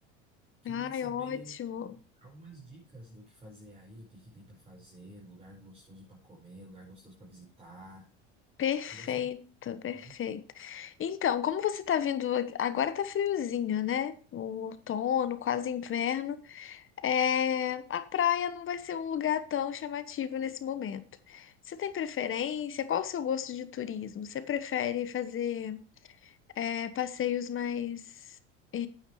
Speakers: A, on the right (about 15°); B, on the left (about 40°).
A: Queria
B: Ai,
A: saber.
B: ótimo.
A: Algumas dicas do que fazer aí, o que que tem pra fazer, lugar gostoso pra comer, lugar gostoso pra visitar.
B: Perfeito,
A: Queria saber.
B: perfeito.
A: viu?
B: Então, como você tá vindo, aqui- agora tá friozinho, né? O outono, quase inverno. É... A praia não vai ser um lugar tão chamativo nesse momento. Você tem preferência? Qual o seu gosto de turismo? Você prefere fazer é, passeios mais é,